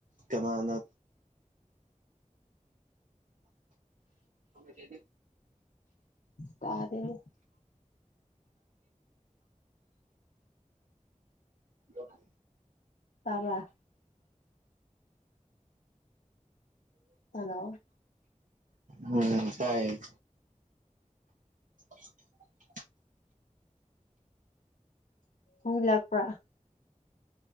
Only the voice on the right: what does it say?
ꯀꯅꯥꯅ ꯗꯤ
ꯑ
<inaudible> ꯎꯝ ꯇꯥꯏ <inaudible>